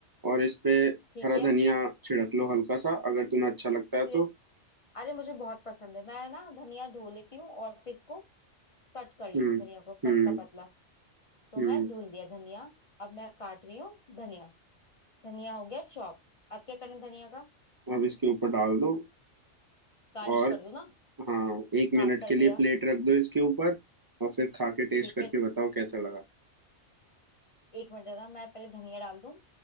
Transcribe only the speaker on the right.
और इस पे
हरा
धनिया छिड़क लो हल्का सा अगर तुम्हें अच्छा लगता है
तो
हम्म
हम्म
हम्म
अब इसके ऊपर डाल दो
और
हाँ एक मिनट
के
लिए प्लेट रख दो इसके ऊपर और फिर खा के टेस्ट
करके
बताओ कैसा लगा